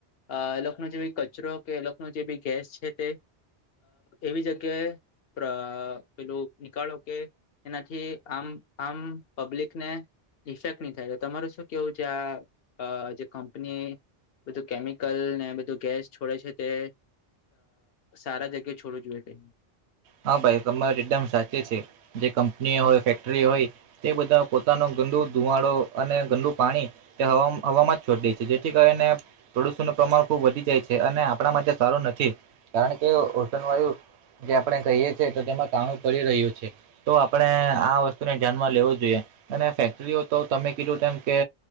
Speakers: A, on the left; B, on the right.
A: અ લોકોકનો જે બી કચરો કે લોકોનો જે બી ગેસ છે તે એવી જગ્યાએ. અ પેલું નિકળો કે. એનાથી આમ આમ પબ્લિકને. ઇફેક્ટ નહી થાય તો તમારું શું કેવું છે આ જે કંપની બધું કેમ. કલ ને બધું ગેસ છોડે છે તે સારા જગ્યાએ છોડવ જોઈએ ટ.
B: હા ભાઈ તમારે એકદમ સાચે છે જે કંપનીઓ હોય ફેક્ટરી હોય તે બધા પોતાનો. ગંદુ ધુવાડો અને ગંદુ પાણી એ હવામાં જ છોડી દે છે જેથી કરીને. પડુસ નું પ્રમાણ ખુબ વધી જાય છે અને આપણા માટે સારું નથી કારણ કે ઓસનવાયુ. આપણે કહીએ છીએ તો તેમાં કાણું પડી રહ્યું છે. તો આપણે આ વસ્તુને ધ્યાનમાં લેવો જોઈએ અને ફેક્ટરીઓ તો તમે કીધું તેમ કે